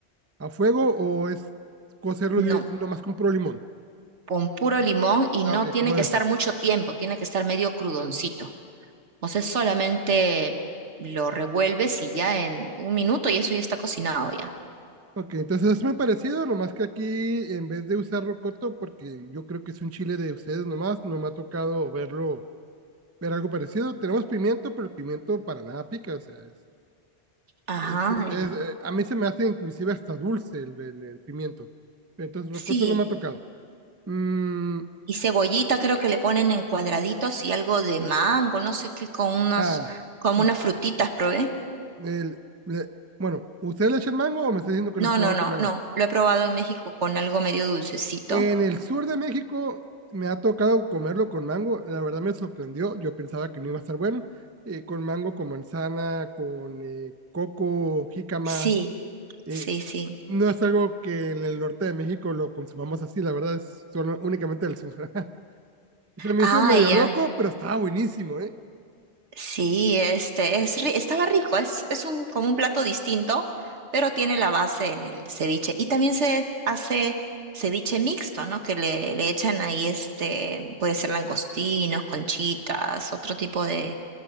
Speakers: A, on the right (about 20°); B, on the right (about 80°).
A: a fuego o es cocerlo
B: No.
A: li- nomás con puro limón?
B: con puro limón y
A: Ah,
B: no
A: ok,
B: tiene
A: ¿cómo
B: que
A: debe
B: estar
A: ser?
B: mucho tiempo, tiene que estar medio crudoncito. O sea, solamente lo revuelves y ya en un minuto y eso ya está cocinado ya.
A: Ok, entonces es muy parecido, nomás que aquí en vez de usar rocoto, porque yo creo que es un chile de ustedes nomás, no me ha tocado verlo, ver algo parecido. Tenemos pimiento, pero el pimiento para nada pica, o sea, es,
B: Ajá,
A: es un-
B: el-
A: es, eh, a mí se me hace inclusive hasta dulce el, el- el pimiento. Pero entonces rocoto
B: sí.
A: no me ha tocado. Mm,
B: Y cebollita creo que le ponen en cuadraditos y algo de mango, no sé qué, con unos,
A: ah,
B: como
A: us-
B: unas frutitas, probé.
A: el- le- bueno, ¿ustedes le echan mango o me está diciendo que
B: No,
A: lo has probado
B: no, no,
A: con mango?
B: no. Lo he probado en México con algo medio dulcecito.
A: En el sur de México me ha tocado comerlo con mango. La verdad me sorprendió. Yo pensaba que no iba a estar bueno. eh, con mango, con manzana, con eh, coco, jícama.
B: Sí,
A: eh,
B: sí, sí.
A: no es algo que en el norte de México lo consumamos así. La verdad es solo, únicamente del sur. <laughs> Se me
B: Ah,
A: hizo medio
B: ya.
A: loco, pero estaba buenísimo, ¿eh?
B: Sí, este es ri- estaba rico, es, es un como un plato distinto, pero tiene la base en el ceviche. Y también se hace ceviche mixto, ¿no? Que le, le echan ahí este, puede ser langostinos, conchitas, otro tipo de,